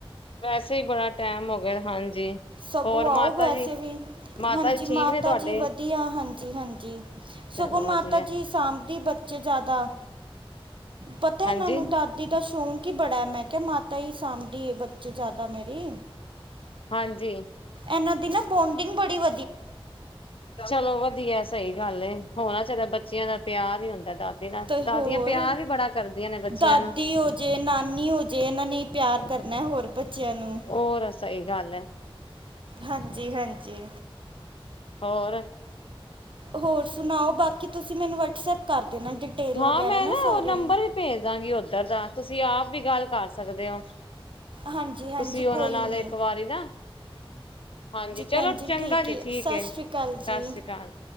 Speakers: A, on the left; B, on the right.
A: ਵੈਸੇ ਹੀ ਬੜਾ ਟੈਮ ਹੋ ਗਿਆ, ਹਾਂਜੀ।
B: ਸਗੋ
A: ਹੋਰ
B: ਆਓ
A: ਮਾਤਾ
B: ਵੈਸੇ
A: ਜੀ
B: ਵੀ,
A: ਮਾਤਾ
B: ਹਾਂਜੀ,
A: ਜੀ ਠੀਕ
B: ਮਾਤਾ
A: ਨੇ ਤੁਹਾਡੇ
B: ਜੀ ਵ- ਵਧੀਆ, ਹਾਂਜੀ -ਹਾਂਜੀ
A: ਚਲੋ
B: ਸਗੋ
A: ਵਧੀਆ
B: ਮਾਤਾ ਜੀ ਸਾਂਭ ਦੀ ਬੱਚ- ਜੇ ਜਾਦਾ, ਪਤਾ
A: ਹਾਂਜੀ
B: ਏਨਾ ਨੂੰ ਦਾਦੀ ਦਾ ਸ਼ੌਕ ਈ ਬੜਾ ਮੈ ਕੇਆ ਮਾਤਾ ਈ ਸਾਂਭਦੀ ਬੱਚ ਬੱਚੇ ਜਾਦਾ ਮੇਰੇ
A: ਹਾਂਜੀ।
B: ਏਨਾ ਦੀ ਨਾ ਬੋਡਿੰਗ ਬੜੀ ਵ
A: ਚਲੋ ਵੱਧੀਆ ਸਈ ਗੱਲ ਏ, ਹੋਣਾ ਚਾਈਦਾ ਬੱਚਿਆਂ ਦਾ ਪਿਆਰ ਈ ਹੁੰਦਾ ਦਾ ਨਾਲ
B: ਤੇ ਹੋਰ
A: ਦਾਦੀਆਂ ਪਿਆਰ ਵੀ ਬੜਾ ਕਰਦੀਆਂ ਨੇ ਬੱਚੇਆਂ
B: ਦਾਦੀ
A: ਨੂੰ-
B: ਹੋ ਜੇ ਨਾਨੀ ਹੋ ਜੇ ਏਨਾ ਨੇ ਪਿਆਰ ਕਰਨਾ ਹੋਰ ਬੱਚੇਆਂ ਨੂੰ-
A: ਹੋਰ ਸਈ ਗੱਲ ਐ।
B: ਹਾਂਜੀ- ਹਾਂਜੀ।
A: ਹੋਰ-
B: ਹੋਰ ਸੁਣਾਓ, ਬਾਕੀ ਤੁਸੀ ਮੈਨੂੰ ਵਟਸਐਪ ਕਰ ਦੇਣਾ ਡਿਟੇਲ
A: ਹਾਂ
B: ਵਗੈਰਾ
A: ਮੈ ਨਾ
B: ਸਾਰੀ
A: ਓ ਨੰਬਰ ਈ ਭੇਜ ਦਾਗੀ ਓਧਰ ਦਾ ਤੁਸੀ ਆਪ ਵੀ ਗੱਲ ਕਰ ਸਕਦੇ ਓ।
B: ਹਾਂਜੀ ਹਾਂਜੀ
A: ਤੁਸੀ
B: ਕੋਈ
A: ਓਨਾ ਨਾਲ
B: ਨਹੀਂ
A: ਇਕ ਵਾਰੀ ਨਾ- ਹਾਂਜੀ, ਚਲੋ
B: ਭੈਣ
A: ਚੰਗਾ ਜੀ
B: ਹੈ
A: ਠੀਕ
B: ਸਤਿ
A: ਏ।
B: ਸ਼੍ਰੀ
A: ਸਤਿ
B: ਅਕਾਲ ਜੀ
A: ਸ੍ਰੀ ਅਕਾਲ-